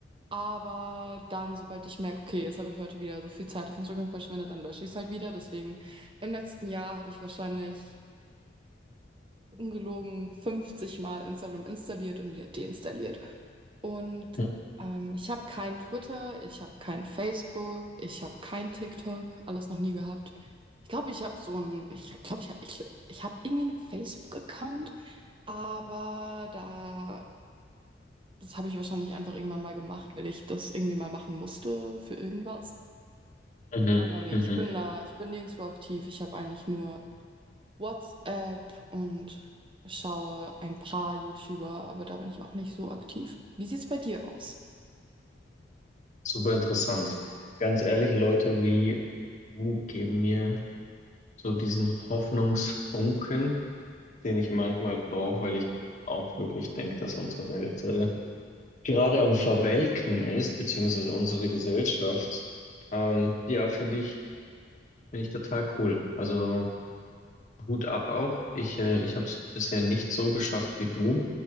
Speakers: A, on the right; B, on the left.
A: aber dann, sobald ich merke, okay, jetzt habe ich heute wieder so viel Zeit auf Instagram verschwendet, dann lösche ich es halt wieder. Deswegen, im letzten Jahr habe ich wahrscheinlich ungelogen 50 Mal Instagram installiert und wieder deinstalliert. Und
B: <laughs>
A: ähm, ich habe kein Twitter, ich habe kein Facebook, ich habe kein TikTok, alles noch nie gehabt. Ich glaube, ich habe so ein, ich glaube, ich habe ich, ich hab irgendwie einen Facebook-Account, aber da, das habe ich wahrscheinlich einfach irgendwann mal gemacht, weil ich das irgendwie mal machen musste für irgendwas.
B: Mhm,
A: Aber nee,
B: mhm.
A: ich bin da, ich bin nirgendwo aktiv. Ich habe eigentlich nur WhatsApp und schaue ein paar YouTuber, aber da bin ich auch nicht so aktiv. Wie sieht's bei dir aus?
B: Super interessant. Ganz ehrlich, Leute wie du geben mir so diesen Hoffnungsfunken, den ich manchmal brauche, weil ich auch wirklich denke, dass unsere Welt äh, gerade am Verwelken ist, beziehungsweise unsere Gesellschaft. Ähm, ja, finde ich, finde ich total cool. Also Hut ab auch. Ich, äh, ich habe es bisher nicht so geschafft wie du.